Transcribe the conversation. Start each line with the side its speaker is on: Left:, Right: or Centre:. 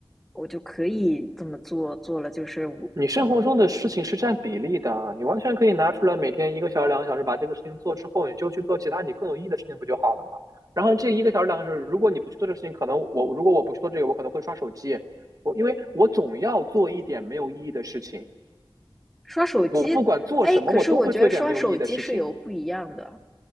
Centre: 我就可以这么做，做了就是我嗯，
Right: 你生活中的事情是占比例的，你完全可以拿出来每天一个小时、两个小时把这个事情做之后，你就去做其他你更有意义的事情不就好了吗？然后这一个小时、两个小时，如果你不去做这个事情，可能我如果我不去做这个，我可能会刷手机，我因为我总要做一点没有意义的事情。
Centre: 刷手机，
Right: 我不管做什么，
Centre: 哎，可是我觉得刷手机是有不一样的，
Right: 我都会做一点没有意义的事情。